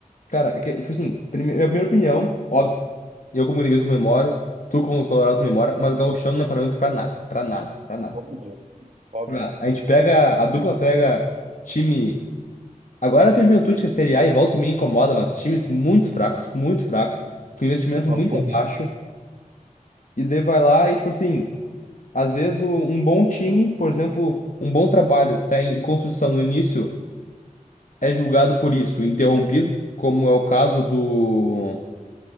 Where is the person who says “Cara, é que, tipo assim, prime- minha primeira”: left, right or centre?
Left